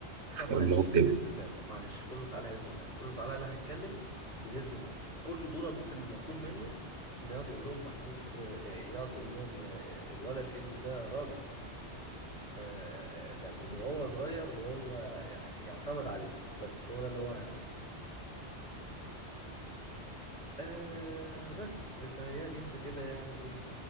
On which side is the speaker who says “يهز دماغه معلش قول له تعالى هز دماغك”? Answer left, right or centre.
Left